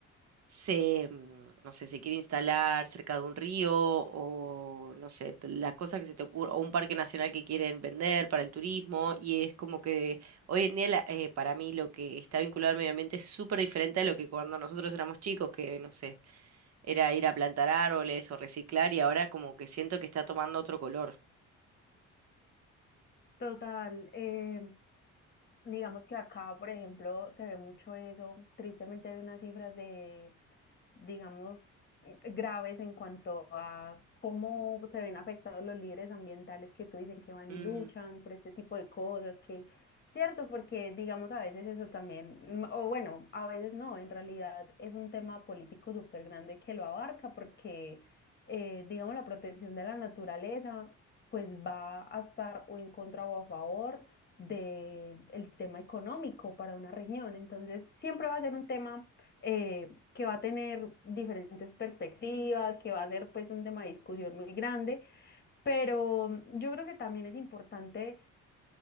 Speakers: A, on the right; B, on the left.
A: se, mm, no sé, se quiere instalar cerca de un río o, no sé, t- las cosas que se te ocurren, o un parque nacional que quieren vender para el turismo, y es como que hoy en día la- eh, para mí lo que está vinculado al medio ambiente es súper diferente a lo que cuando nosotros éramos chicos, que, no sé, era ir a plantar árboles o reciclar, y ahora como que siento que está tomando otro color.
B: Total. eh, digamos que acá, por ejemplo, se ve mucho eso. Tristemente hay unas cifras de, digamos, graves en cuanto a cómo se ven afectados los líderes ambientales que tú dicen que van
A: Mm,
B: y luchan por este tipo de cosas, que, cierto, porque digamos a veces eso también, mm, o bueno, a veces no, en realidad es un tema político súper grande que lo abarca porque, eh, digamos, la protección de la naturaleza pues va a estar o en contra o a favor del tema económico para una región. Entonces, siempre va a ser un tema eh, que va a tener diferentes perspectivas, que va a ser pues un tema de discusión muy grande, pero yo creo que también es importante